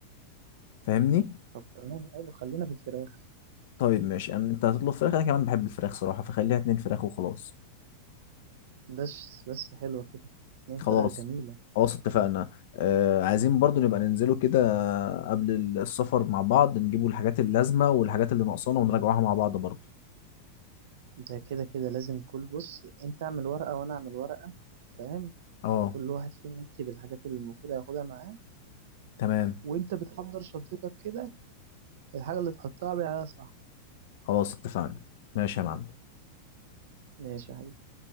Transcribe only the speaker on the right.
طب تمام حلو خلينا في الفراخ
بس بس حلوة كده اتنين
فراخ جميلة
ده كده كده لازم كل بص انت اعمل ورقة وانا اعمل ورقة فاهم
كل واحد فينا يكتب الحاجات اللي المفروض هياخدها معاه
وانت بتحضر شنطتك كده الحاجة اللي تحطها عليها صح
ماشي يا حبيبي